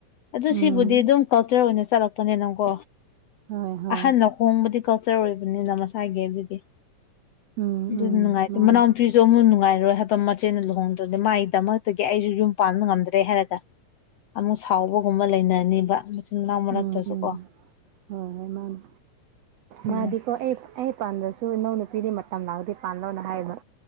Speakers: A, on the left; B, on the right.
A: ꯑꯗꯨ
B: ꯎꯝ
A: ꯁꯤꯕꯨꯗꯤ ꯑꯗꯨꯝ ꯀꯜꯆꯔ ꯑꯣꯏꯅ ꯆꯠꯂꯛꯄꯅꯦꯅ ꯀꯣ
B: ꯍꯣꯏ ꯍꯣꯏ
A: ꯑꯍꯟꯅ ꯍꯣꯡꯕꯗꯤ ꯀꯜꯆꯔ ꯑꯣꯏꯕꯅꯤꯅ ꯃꯁꯥꯒꯤ ꯑꯗꯨꯗꯤ
B: ꯎꯝ
A: ꯑꯗꯨ
B: ꯎꯝ
A: ꯅꯨꯡꯉꯥꯏꯇꯦ
B: ꯃꯥꯅꯤ
A: ꯃꯅꯥꯎꯄꯤꯖꯨ ꯍꯣꯡ ꯅꯨꯡꯉꯥꯏꯔꯣꯏ ꯍꯥꯏꯕ ꯃꯆꯦꯅ ꯂꯨꯍꯣꯡꯗ꯭ꯔꯗꯤ ꯃꯒꯤꯗꯃꯛ ꯑꯗꯒꯤ ꯑꯩꯁꯨ ꯌꯨꯝ ꯄꯥꯟꯕ ꯉꯝꯗ꯭ꯔꯦ ꯍꯥꯏꯔꯒ ꯑꯃꯨꯛ ꯁꯥꯎꯕꯒꯨꯝꯕ ꯂꯩꯅꯅꯤꯕ ꯃꯅꯥꯎ ꯃꯔꯛꯇꯁꯨ
B: ꯎꯝ ꯎꯝ
A: ꯀꯣ
B: ꯍꯣꯏ ꯍꯣꯏ ꯃꯥꯅꯦ
A: ꯑꯗꯨꯅ
B: ꯃꯥꯗꯤ ꯍꯣꯏ ꯑꯩ ꯑꯩ ꯄꯥꯟꯗꯁꯨ ꯏꯅꯥꯎ ꯅꯨꯄꯤꯗꯤ ꯃꯇꯝ ꯂꯥꯡꯗꯤ ꯄꯥꯟꯜꯂꯣꯅ ꯍꯥꯏꯌꯦꯕ